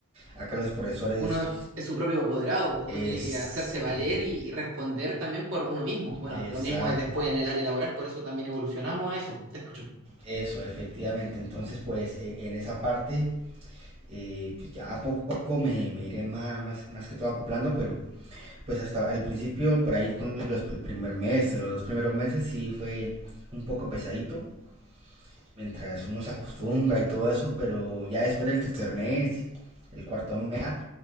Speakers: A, on the right; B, on the right.
A: Acá los profesores,
B: Uno es su propio apoderado, pues
A: es,
B: uno tiene
A: sí,
B: que hacerse valer y, y responder también por uno mismo. Bueno,
A: exacto.
B: lo mismo es después en el área laboral, por eso también evolucionamos a eso. Te escucho.
A: Eso, efectivamente. Entonces, pues e- en esa parte eh, pues ya poco a poco me, me iré más, más, más, que todo acoplando, pero pues hasta al principio, por ahí con los, el primer mes, los dos primeros meses sí fue un poco pesadito, mientras uno se acostumbra y todo eso, pero ya después del tercer mes, el cuarto mes, ya